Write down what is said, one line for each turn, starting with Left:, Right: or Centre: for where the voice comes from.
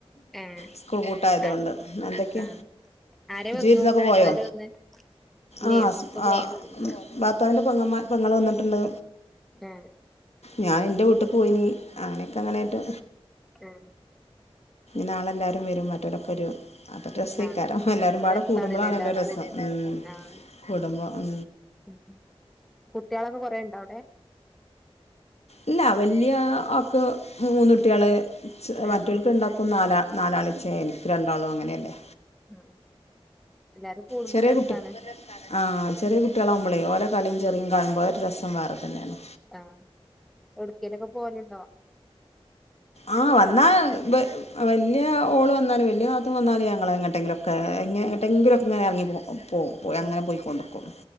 Centre: ഏഹ്
Left: സ്കൂൾ കൂട്ടയതുകൊണ്ട്
Centre: ആഹ്
Left: എന്തൊക്കെ
Centre: ആഹ് ആരെ
Left: ഇജ്വി
Centre: വന്നു
Left: വിരിനൊക്കെ
Centre: വിരുന്നാര്
Left: പോയോ
Centre: വന്ന് ഇല്ലേ
Left: ആ
Centre: ഒക്കെ പോവാൻ
Left: ആ
Centre: കഴിയില്ല
Left: ഉ ഭർത്താവിന്റെ പെങ്കമാ പെങ്ങൾ വന്നിട്ടുണ്ട്
Centre: ആഹ്
Left: ഞാൻ എൻന്റെ വീട്ടേക്ക് പോയി നീ ആനൊക്കെ അങ്ങനൊയിട്ട്
Centre: ഉം
Left: നാളെ എളെല്ലാരും വരും മറ്റൊരക്കെരു അപ്പ രസക്കാരോ
Centre: ആഹ്
Left: എല്ലാരും
Centre: അത്
Left: പാടെ
Centre: രസാണ്ല്ലേ
Left: കൂടുമ്പോളാണല്ലോ
Centre: എല്ലാരും
Left: രസം
Centre: കൂടും
Left: ഉം
Centre: ആഹ്
Left: കൂടുമ്പോ ഉ
Centre: ഉം <unintelligible> കുട്ടികളൊക്കെ കൊറേുണ്ട അവിടെ
Left: ഇല്ല വലിയ വക്ക് മൂന്ന കുട്ടികള്
Centre: ആഹ്
Left: മറ്റുകൾക്ക് ഉണ്ടാക്കുന്ന നാല നാലാ ആളച്ച എനിക്ക് രണ്ടാളും അങ്ങനെയല്ലേ
Centre: ആഹ എല്ലാരും കൂടുമ്പോ
Left: ചെറിയ
Centre: ഒരു രസാണ്
Left: കുട്ടി ആ് ചെറിയ കുട്ടികളാവുമ്പളെ ഓല കല ചെറിയും കാണുമ്പോ ഒരു രസം വേറെ തന്നെയാണ്
Centre: ആ എടുക്കയിലൊക്കെ പോലുണ്ടോ
Left: ആ വന്നാ വല്യ ഓള് വന്നാല് വല്യ നാത്തൂൻ വന്നല് ഞങ്ങങ്ങട്ടെങ്കിലും ക്കെ എങ്ങട്ടെങ്കിലുംക്കെ ഇങ്ങന ഇറങ്ങിപ്പോകും പോ പോയി അങ്ങനെ
Centre: ആഹ്
Left: പോയിക്കൊണ്ടക്കും